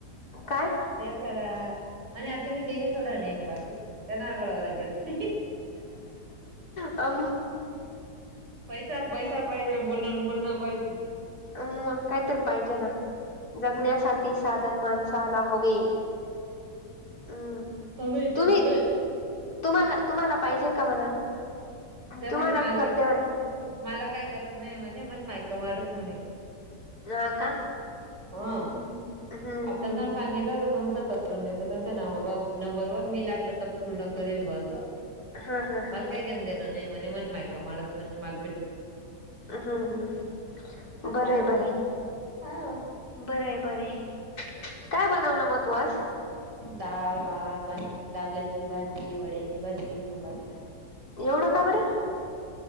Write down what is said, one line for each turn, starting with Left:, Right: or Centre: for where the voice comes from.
Left: काय
Right: तेच करा म्हणे आता मी तेवी सोडा नाही बाकी ते नाय बोलाय लागत.
Left: अ
Right: पैसा पैसा पाहिजे आणि बोलण बोलण पाहिजे.
Left: अ मग काय तर पाहिजे ना जगण्यासाठी साध धन माणसाला हवे हम्म
Right: हवेचे
Left: तुम्ही
Right: हवेचे
Left: तुम्हाला तुम्हाला पाहिजे का म्हणा
Right: त
Left: तुम्हाला
Right: म्हणे मला
Left: बी करते
Right: काय
Left: म्हणा
Right: मला काही गरज नाही म्हणे म्हण मायक मार होणे
Left: हा का
Right: ह
Left: हम्म हम्म
Right: त्याना
Left: हम्म
Right: सांगितलं जात <unintelligible> करून देतो तुमच्या नवर नंबरवर मी लागलं तर पूर्ण करेल व असं
Left: हा हा हा
Right: मल काय घेणं देणं नाही म्हणे मण माय का म माल पिट
Left: हम्म हम्म
Right: आता
Left: बरंय
Right: काय सांगा
Left: बरंय
Right: हो
Left: बरंय बरंय काय बनवलं मग तू आज
Right: डाळ भात कारल्याची भाजी वड्याची भाजी चपट्या
Left: एवढं का बरं